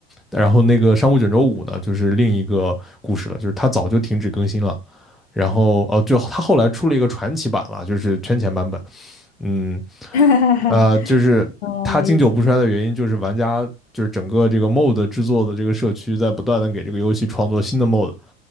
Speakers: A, in the centre; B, on the left.
A: 然后那个上古卷轴五呢，就是另一个故事了，就是它早就停止更新了。然后哦，就它后来出了一个传奇版了，就是圈钱版本，嗯，
B: <laughs> 哈哈哈，
A: 呃，就是它经久不衰的原因，
B: 哦，理解。
A: 就是玩家就是整个这个 mod 制作的这个社区在不断的给这个游戏创作新的 mod，